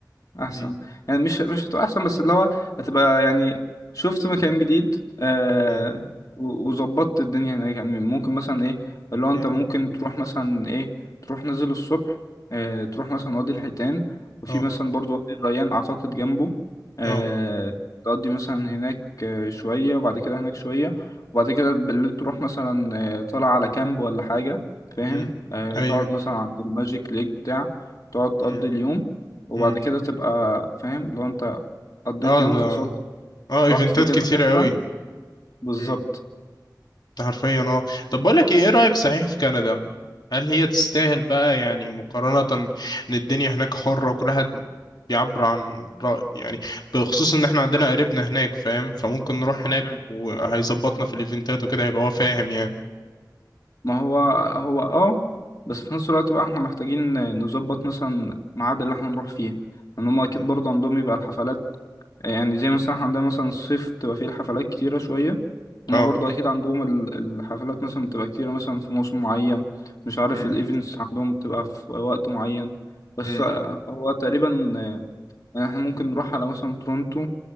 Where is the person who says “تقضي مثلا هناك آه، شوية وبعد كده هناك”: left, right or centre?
Left